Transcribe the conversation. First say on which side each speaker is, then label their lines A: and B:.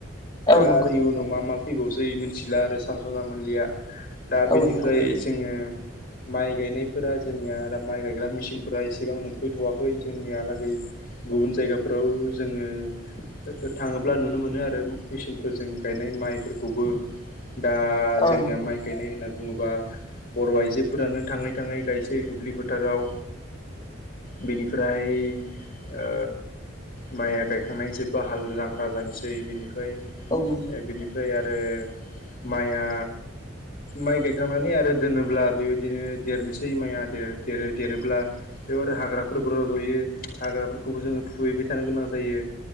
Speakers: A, on the left (about 20°); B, on the left (about 45°).
A: औ
B: दा
A: नंगौ
B: आरो इयुनाव मा मा फैबावसै मिथिला आरो स सानसना मोनलिया दा
A: औ
B: बेनिफ्राय
A: नंगौ
B: जोङो माइ गायनायफोरा जोंनियाा माइ गायग्रा मेसिनफोरा एसेबां मोनफैथवाखै जोंनियालागै गुबुन जायगाफोराव जोङो थो-थो-थाङोब्ला ब्ला नुनो मोनो आरो मो मेसिनफोरजों गायनाय माइफोरखौबो दा
A: औ
B: जोंनिया
A: नंगौ
B: माइ गायनाय होनना बुङोबा बर आइजोफोरानो थाङै थाङै गायसै दुब्लि फोथाराव बेनिफ्राय ओ माइआ गायखांनाय जोब्बा हाल जां ख्रा जानोसै बिनिफ्राय ओ
A: औ नंगौ औ नंगौ
B: बिनिफ्राय आरो माइआ माइ गायखांनानै आरो दोनोब्ला बेबायदिनो देरनोसै माइया देरो देरो देरोब्ला बेयाव आरो हाग्राफोरबो रजयो हाग्राफोरखौबो जोङो फुहैबाय थानो गोनां जायो